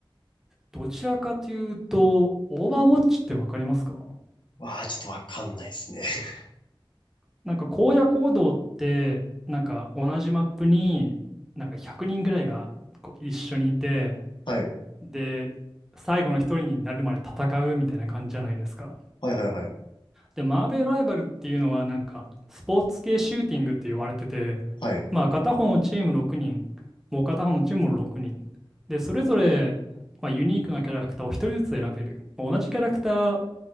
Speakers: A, in the centre; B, on the left (about 60°).
A: どちらかというと、オーバーウォッチってわかりますか
B: わー、ちょっとわかんないですね。<laughs>
A: なんか荒野行動って、なんか同じマップに、なんか100人ぐらいがこう一緒にいて、
B: はい。
A: で、最後の一人になるまで戦うみたいな感じじゃないですか。
B: はいはいはい。
A: で、マーベルライバルっていうのは、なんかスポーツ系シューティングって言われてて、
B: はい。
A: まあ片方のチーム6人、もう片方のチームも6人。で、それぞれ、まあ、ユニークなキャラクターを一人ずつ選べる。まあ同じキャラクター